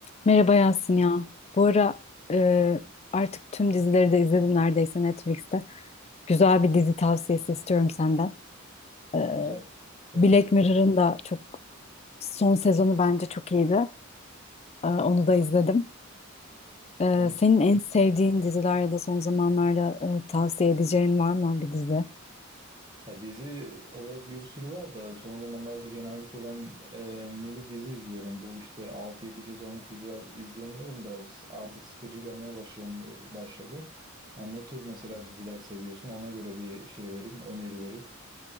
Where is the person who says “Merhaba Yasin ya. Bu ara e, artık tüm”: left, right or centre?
Left